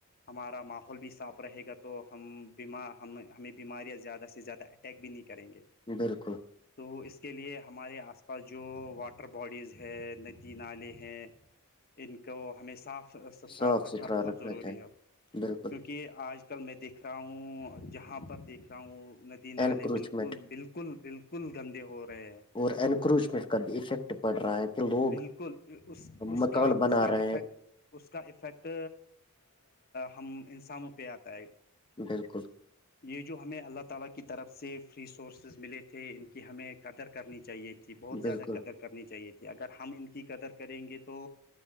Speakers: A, on the left; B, on the left.
A: ہمارا ماحول بھی صاف رہے گا تو ہم بیم ہم ہمیں بیماریاں زیادہ سے زیادہ پیک بھی نہیں کریں گے
B: بالکل
A: تو اس کے لیے ہمارے آس پاس جو واٹر باڈیز ہے ندی نالے ہیں ان کو ہمیں صاف ستھرا
B: صاف
A: رکھنا
B: ستھرا
A: بہت ضروری
B: چاہیے
A: ہے
B: بالکل
A: کیونکہ کہ آج کل میں دیکھ رہا ہوں جہاں پر دیکھ رہا ہوں میں نالے
B: انکروچمنٹ
A: بالکل بالکل بالکل گندے ہو رہے ہیں
B: اور انکروچمنٹ کا بھی افیکٹ پڑ رہا ہے کہ لوگ
A: بالکل اس
B: مکان
A: کا
B: بنا
A: اس کا
B: رہے
A: افیکٹ
B: ہیں
A: اس کا افیکٹ ہم انسانوں پہ آتا ہے
B: بالکل
A: یہ جو ہمیں اللہ تعالی کی طرف سے فری سورسز ملے تھے ان کی ہمیں قدر کرنی چاہیے تھی تھی بہت زیادہ
B: بالکل
A: قدر کرنی چاہیے تھی اگر ہم ان کی قدر کریں گے تو